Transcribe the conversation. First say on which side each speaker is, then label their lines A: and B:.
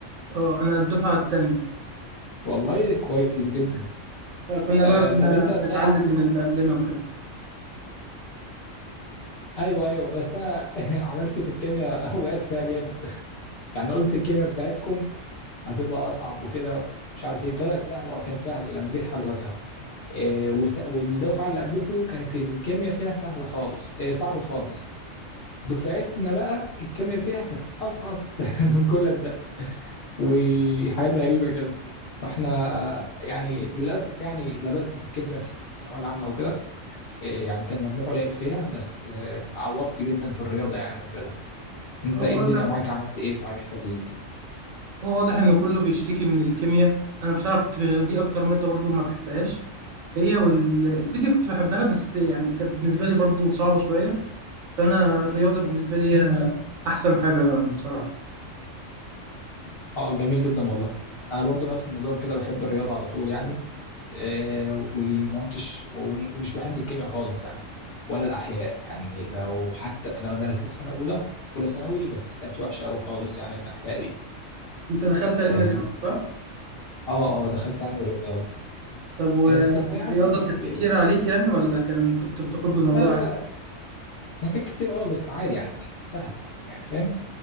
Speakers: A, on the right; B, on the left.
A: اه انا الدفعه التانية
B: والله كويس جدا
A: فكنا
B: آه،
A: بقى بن-
B: طب انت صحيح
A: بنتعلم
B: عملت
A: من اللي قبلنا وكده
B: ايوه ايوه بس انا <laughs> عملت في الكيمياء <laughs> وقعت فيها جامد يعني قلت الكلمة بتاعتكم هتبقى أصعب وكده مش عارف إيه طلعت سهلة كانت سهلة لما جيت حلتها إيه وس... والدفعة اللي قبلكم كانت الكيمياء فيها سهلة خالص إيه صعبة خالص دفعتنا بقى الكيمياء فيها كانت أصعب <laughs> من كل ده وحاجات غريبة كده فاحنا يعني للأسف يعني لبست في الكيمياء في الثانوية العامة وكده إيه يعني كان مجموع قليل فيها بس إيه عوضت جدا في الرياضة يعني وكده انت
A: هو
B: ايه
A: واضح
B: الدنيا معاك عملت ايه صحيح في ال...
A: هو واضح ان كله بيشتكي من الكيمياء انا بصراحه كنت ب- دي اكتر ماده برضو ما بحبهاش هي والفيزياء كنت بحبها بس يعني كانت بالنسبه لي برضو صعبه شويه فانا الرياضه بالنسبه لي هي احسن حاجه يعني بصراحه
B: اه جميل جدا والله انا برضو نفس النظام كده بحب الرياضه على طول يعني آه ومش ومش بحب الكيمياء خالص يعني ولا الاحياء يعني لو حتى لو درستها في سنه اولى اولى ثانوي بس كانت وحشه قوي خالص يعني الاحياء دي
A: انت دخلت علم
B: اه
A: الرياضه صح
B: اه آه، دخلت علم الرياضه
A: طب والرياضه
B: انت صحيح اصلا
A: كانت
B: في...
A: كتير عليك يعني ولا كان كنت متقبل الموضوع
B: لا لا
A: عادي
B: هي كانت كتير اه بس عادي يعني سهله يعني فاهم